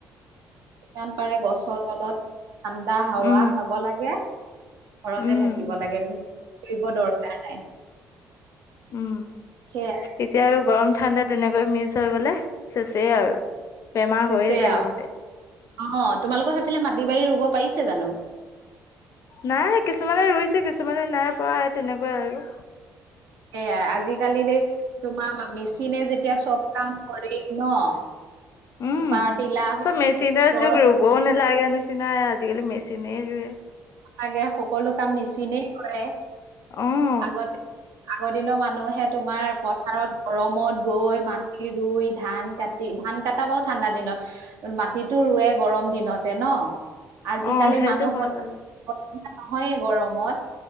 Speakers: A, on the right; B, on the left.
A: যিমান পাৰে গছৰ তলত ঠাণ্ডা হাৱা
B: উম
A: খাব লাগে, ঘৰতে
B: উম
A: থাকিব লাগে। ঘুৰিব দৰকাৰ নাই।
B: উম
A: সেয়াই
B: এতিয়া আৰু গৰম ঠাণ্ডা তেনেকৈ মিক্স হৈ গ'লে, চেচেই আৰু। বেমাৰ
A: চেচেই
B: হৈয়ে যায়
A: আৰু,
B: লগতে
A: অ' তোমালোকৰ সেইফালে মাটি বাৰী ৰুব পাৰিছে জানো?
B: নাই কিছুমানে ৰুইছে, কিছুমানে নাই পৰা সেই তেনেকুৱাই আৰু।
A: সেয়াই আজিকালি তোমাৰ মেচিনে যেতিয়া চব কাম কৰেই ন
B: উম
A: পাৰটিলা,
B: চব
A: <unintelligible>
B: মেচিনৰ <unintelligible> নালাগে নিচিনাই আজিকালি মেচিনে ৰুৱে।
A: আগে সকলো কাম মেচিনে কৰে।
B: উম।
A: আগতে, আগৰ দিনৰ মানুহে তোমাৰ পথাৰত গৰমত গৈ, মাত ৰুই, ধান কাটি, ধান কটা বাৰু ঠাণ্ডা দিনত। মাটিতো ৰুৱে গৰম দিনতে ন, আজিকালি
B: অ সেইটো
A: মানুহ
B: হয়
A: পথাৰত
B: বাৰু
A: <unintelligible> নহয়ে গৰমত।